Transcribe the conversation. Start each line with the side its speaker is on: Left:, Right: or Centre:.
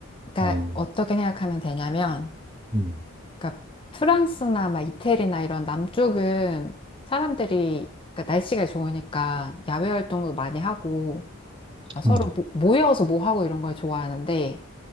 Left: 그러니까
Right: 어,
Left: 어떻게 생각하면 되냐면
Right: 음,
Left: 그러니까 프랑스나 막 이태리나 이런 남쪽은 사람들이 그러니까 날씨가 좋으니까 야외 활동도 많이 하고 막 서로
Right: 음,
Left: 모- 모여서 뭐 하고 이런 걸 좋아하는데